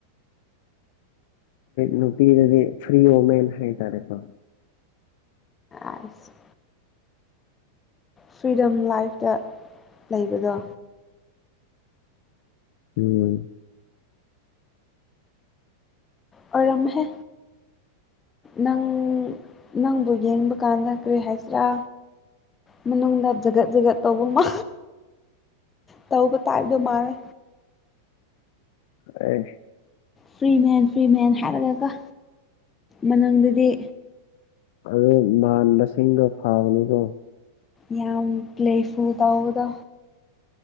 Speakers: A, on the left; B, on the left.
A: ꯅꯨꯄꯤꯗꯤ ꯐ꯭ꯔꯤ ꯑꯣꯃꯦꯟ ꯍꯥꯏ ꯇꯥꯔꯦ ꯐ
B: ꯑꯁ ꯐ꯭ꯔꯤꯗꯝ ꯂꯥꯏꯐꯇ ꯂꯩꯕꯗꯣ
A: ꯎꯝ
B: ꯑꯣꯏꯔꯝꯍꯦ ꯅꯪ ꯅꯪꯕꯨ ꯌꯦꯡꯕ ꯀꯥꯟꯗ ꯀꯔꯤ ꯍꯥꯏ ꯆꯔ ꯃꯅꯨꯡꯗ ꯖꯒꯠ ꯖꯒꯠ ꯇꯧꯕ ꯇꯧꯕ ꯇꯥꯏꯕꯗꯣ ꯃꯥꯜꯂꯦ
A: ꯑꯩ
B: ꯐ꯭ꯔꯤ ꯃꯦꯟ ꯐ꯭ꯔꯤ ꯃꯦꯟ ꯍꯥꯏꯔꯒꯒ ꯃꯅꯪꯗꯗꯤ
A: ꯑꯣ ꯃꯁꯤꯡꯒ ꯐꯥꯕꯅꯤꯀꯣ
B: ꯌꯥꯝ ꯄ꯭ꯂꯦꯐꯨ ꯇꯥꯎꯕꯗ